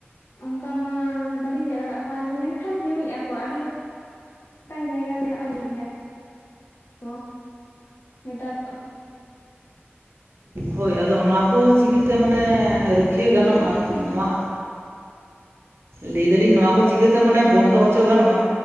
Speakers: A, on the left; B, on the right.
A: ᱚᱱᱠᱟ ᱢᱟ ᱵᱟᱹᱞᱤᱧ ᱧᱮᱞ ᱟᱠᱟᱫ ᱠᱚᱣᱟᱭ ᱢᱮᱱᱠᱷᱟᱱ ᱧᱩᱭᱮᱫ ᱟᱠᱚ ᱟᱹᱰᱤ ᱜᱚ- ᱴᱟᱝ ᱡᱟᱭᱜᱟ <unintelligible> ᱠᱚ ᱱᱮᱛᱟᱨ ᱫᱚ᱾
B: ᱦᱳᱭ ᱟᱫᱚ ᱱᱚᱣᱟ ᱠᱚ ᱪᱤᱠᱟᱹᱛᱮ ᱢᱟᱱᱮ ᱨᱩᱠᱷᱤᱭᱟᱹ ᱜᱟᱱᱚᱜ-ᱟ
A: ᱠᱟᱹᱴᱤᱡ ᱠᱟᱹᱴᱤᱡ ᱠᱷᱚᱱ
B: ᱱᱚᱣᱟ? ᱞᱟᱹᱭ ᱫᱟᱞᱤᱧ ᱱᱚᱣᱟ ᱠᱚ ᱪᱤᱠᱟᱹᱛᱮ ᱢᱟᱱᱮ ᱵᱚᱱᱫᱚ ᱦᱚᱪᱚ ᱜᱟᱱᱚᱜ-ᱟ᱾